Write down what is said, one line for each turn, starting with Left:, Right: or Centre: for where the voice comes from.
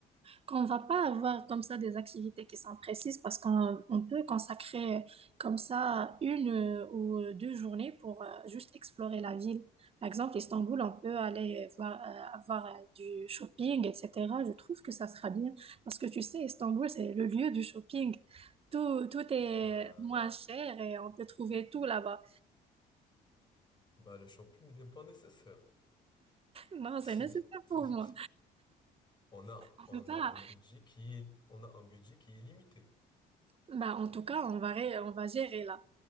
Right: qu'on va pas avoir comme ça des activités qui sont précises parce qu'on on peut consacrer euh, comme ça une euh, ou deux journées pour euh, juste explorer la ville. Par exemple, Istanbul, on peut aller voir, euh, avoir euh, du shopping, etc. Je trouve que ça sera bien parce que tu sais, Istanbul, c'est le lieu du shopping. Tout, tout est
Left: Bah,
Right: moins cher et on peut trouver tout là-bas.
Left: bah, le shopping n'est pas nécessaire.
Right: Non,
Left: <laughs>
Right: c'est nécessaire pour moi.
Left: On a,
Right: On
Left: on
Right: peut pas.
Left: a un budget qui est, on a un budget qui est limité.
Right: Bah, en tout cas, on va, ré- on va gérer là.